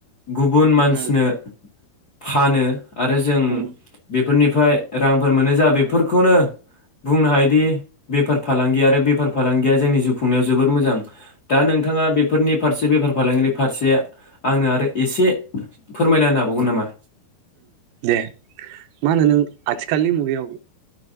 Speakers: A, on the left; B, on the right.
A: गुबुन मानसिनो
B: उम
A: फानो। आरो जों
B: उम उम
A: बे फोरनिफ्राय रांफोर मोनो जा बेफोरखौनो बुंनो हायोदि बेफार फालांगि आरो बेफार फालांगिया जोंनि जिउ खुंनायाव जोबोर मोजां दा नोंथाङा बेफोरनि फारसे बेफार फालांगिनि फारसे आंनो आरो एसे फोरमायना होनो हाबावगोन नामा?
B: दे मा होनो नों आथिखालनि मुगायाव